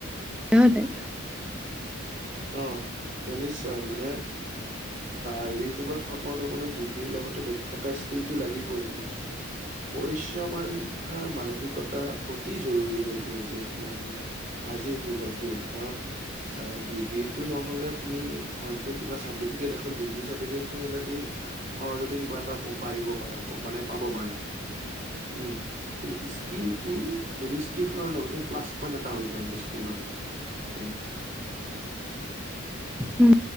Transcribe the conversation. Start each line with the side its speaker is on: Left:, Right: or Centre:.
Centre: যহতে <unintelligible>
Right: অ, ম নিশ্চয় মানে। আজিৰ যুগত সফল হবলৈ ডিগ্ৰীৰ লগতো দক্ষতা স্কিলটো লাগিবই তোমাক। পৰিশ্ৰম আৰু শিক্ষাৰ মানসিকতা অতি জৰুৰী হৈ পৰিছে, এতিয়া আজি আজিৰ যুগত দেই কাৰণ অ, দি এইটো নহলে, তুমি হয়টো কিবা চাৰ্টিফিকেট এখন ডিগ্ৰী চাৰ্টিফিকেট খন হলে তুমি সহজতে কিবা এটা ক পাৰিব পাৰা, মানে পাব পাৰা উম কিন্তু কিলটো যদি স্কিলকৰা লগতে প্লাছ পইণ্ট এটা হৈ যায় আৰু স্কিলৰ লগত তোমাৰ।
Centre: উম